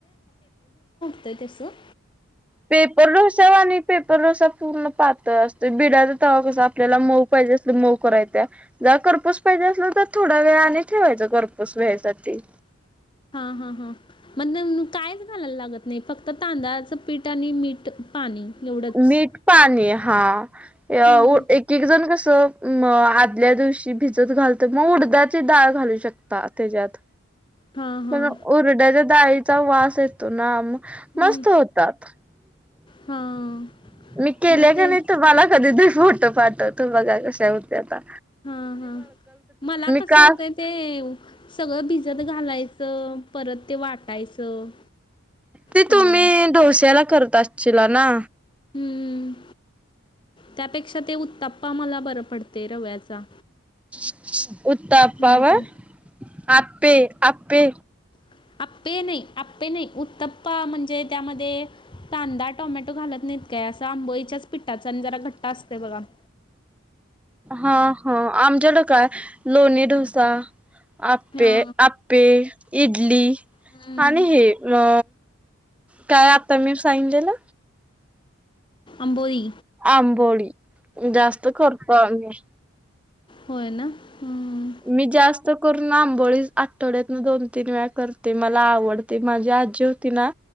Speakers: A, on the left; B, in the centre.
A: <unintelligible> तेसं <inaudible>
B: पेपर डोसा वाणी आणि पेपर डोसा पूर्ण पातळ असतो. बिडाचा तवा कस आपल्याला मऊ कर मऊ करायच जरा करपूस पाहिजे असलं तर थोडा वेळ आणि ठेवायच करपूस व्हायसाठी.
A: <inaudible> हा हा हा म्हणजे कायच घालायला लागत नाही फक्त तांदळाचं पीठ आणि मीठ. पाणी एवढंच
B: मीठ पाणी हा एक
A: हम्म.
B: एक जण कसं? आदल्या दिवशी भिजत घालत मग उडदाची डाळ घालू शकता त्याच्यात.
A: हां हां
B: मग उडदाच्या डाळीचा वास येतो ना मग.
A: हम्म.
B: मस्त होतात <inaudible>
A: हां
B: मी केले
A: मग तेच
B: का नाही कधी तर कधी? फोट पाठव तू बघा कशा होते आता
A: हा हा हा मला कस
B: का
A: होत ते सगळं भिजत घालायचं परत, ते वाटायचं
B: ते
A: सगळं
B: तुम्ही डोस्याला करत असशीला ना
A: <inaudible> हम्म त्यापेक्षा ते <inaudible> उत्ताप्पा मला बर पडते रव्याचा.
B: <inaudible> उत्तप्पा,
A: म्हणजे त्या
B: आपे आपे
A: <inaudible> आपे नाही <inaudible> आपे नाही उत्तप्पा म्हणजे त्यामध्ये. कांदा टोमॅटो घालत नाहीत काय असं आंबोई च्याच पिठाचा आणि जरा घट्टा असतय बघा. <inaudible>
B: हा ह आमच्याड काय लोणी डोसा आपे
A: हा
B: आपे इडली
A: हम्म
B: आणि हे अ काय आता मी सांलेलं
A: अंबोली
B: आंबोळी जास्त करर्तो आ्ही
A: होय ना हम्म
B: मी जास्त कर लांबोळी आठवड्यातन दोन तीन वेळा करते मला आवडते माझी आजी होती ना